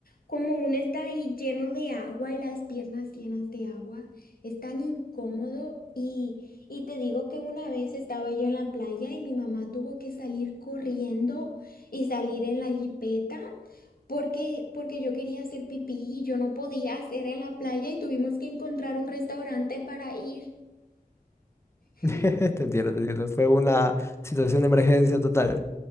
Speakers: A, on the left (about 70°); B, on the left (about 15°).
A: como uno está ahí lleno de agua y las piernas llenas de agua, es tan incómodo y, y te digo que una vez estaba yo en la playa y mi mamá tuvo que salir corriendo y salir en la jipeta porque, porque yo quería hacer pipí y yo no podía hacer en la playa y tuvimos que encontrar un restaurante para ir. <laughs>
B: <laughs> Te entiendo, te entiendo. Fue una situación de emergencia total.